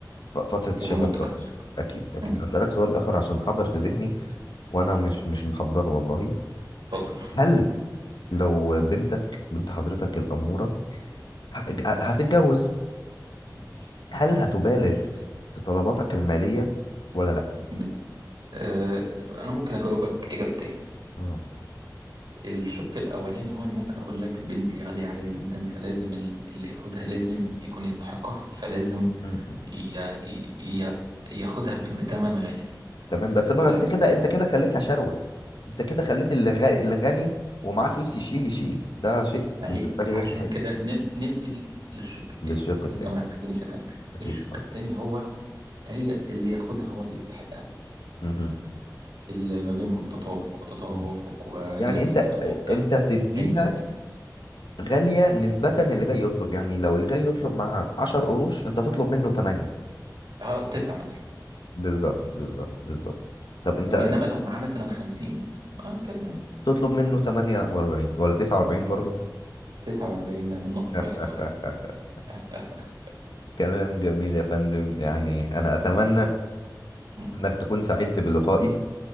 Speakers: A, on the left; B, on the right.
A: ف- فترة الشباب
B: والنضج
A: طبعا أكيد أكيد
B: مم.
A: أسألك سؤال آخر عشان محضر في ذهني وأنا مش مش محضره والله
B: اتفضل
A: هل لو بنتك بنت حضرتك الأمورة ه- هتتجوز
B: مم.
A: هل هتبالغ في طلباتك المالية ولا لأ؟
B: بت- آه، انا ممكن اجاوبك اجابتين
A: اه
B: الشق الأولاني هو أنا ممكن أقول لك بنتي غالية عليا جدا فلازم ال- اللي ياخدها لازم يكون يستحقها فلازم
A: م- م.
B: ي... ي... ي- ياخدها ب- بتمن غالي
A: تمام بس
B: وفي
A: بقى
B: شق
A: أنت كده
B: تاني
A: أنت كده خليتها شروة أنت كده خليت اللي غ- اللي غني ومعاه فلوس يشيل يشيل ده شيء
B: ما
A: بالنسبة
B: هي
A: لي
B: عشان
A: غير صحيح
B: كده نن... ننقل للشق التاني
A: للشق التاني
B: أنت ما سبتنيش أكمل
A: أكيد
B: الشق التاني هو هي اللي ياخدها هو اللي يستحقها
A: مهم.
B: اللي ما بينهم تطابق وتوافق
A: مهم.
B: ونسبة
A: يعني أنت
B: التطابق
A: أنت تديها
B: 90%
A: غالية نسبة اللي جاي يطلب يعني لو اللي جاي يطلب مع 10 قروش انت تطلب منه 8
B: أهو تسعة مثلا
A: بالظبط بالظبط بالظبط طب انت
B: وإنما لو معاه مثلا 50 أه كده يعني
A: تطلب منه 48 ولا 49 برضه
B: 49 ده بالنقص
A: <laughs>
B: واحد حضرتك <laughs>
A: كلام جميل يا فندم يعني انا اتمنى
B: أه.
A: انك تكون سعدت بلقائي